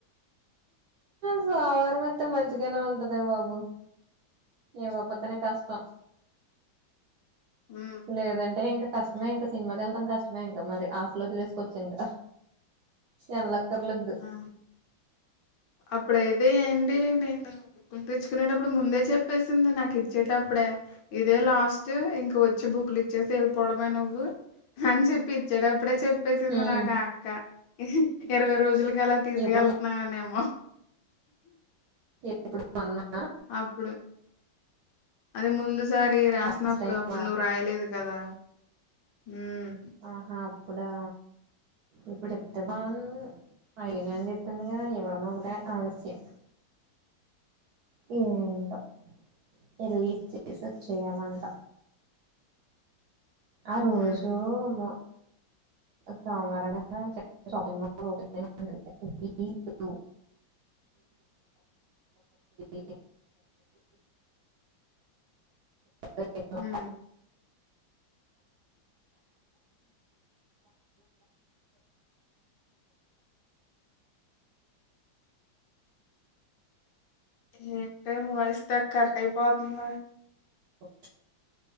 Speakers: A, on the right; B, on the left.
A: సోమవారం వత్తే మంచిగానే ఉంటదే బాబు ఇవ్వపోతే కష్టం
B: మ్
A: లేదంటే ఇంక కష్టమే ఇంక సినిమాకేళ్ళడం కష్టమే ఇంకా మరి ఆశలోసుకోవచ్చు ఇంక ఎల్లక్కర్లేద్దు
B: ఆ అప్పుడయితే ఎంటి నిన్ను తెచ్చుకునేటప్పుడు ముందే చెప్పేసింది నాకు ఇచ్చేటప్పుడే ఇదే లాస్ట్ ఇంక వచ్చి బుక్లు ఇచ్చేసి వెళ్ళిపోవడమే నువ్వు అని చెప్పి ఇచ్చేటప్పుడే చెప్పేసింది
A: ఉమ్
B: నాకు ఆ అక్క ఇరవై రోజులకి అలా తీసుకెళ్
A: ఎప్పుడు
B: నాననేమొ
A: ఏ ఇప్పుడు మన్నా
B: ప్పుడు అదే ముందు సారి రాసినప్పుడు
A: లాస్ట్ టైమ్
B: అప్పుడు నువ్వు రాయలేదు కదా మ్
A: ఆహా అప్పుడా ఇప్పుడు ఇప్తే బాగుండును అడిగినా అని చెప్పింగ ఇవ్వడం ఒకటే ఆలస్యం ఏంటో ఏళ్ళి ఇచ్చేసి వచ్చేయమంట ఆ రోజు
B: హ్మ్
A: మ రేపు సోమవారంగా చెప్ షపింగ్ మాల్ ఓపెన్ చేసి ఉంటది <inaudible> స
B: మ్ ఏంటే తెగ కట్టయి పోతుంది
A: ఓ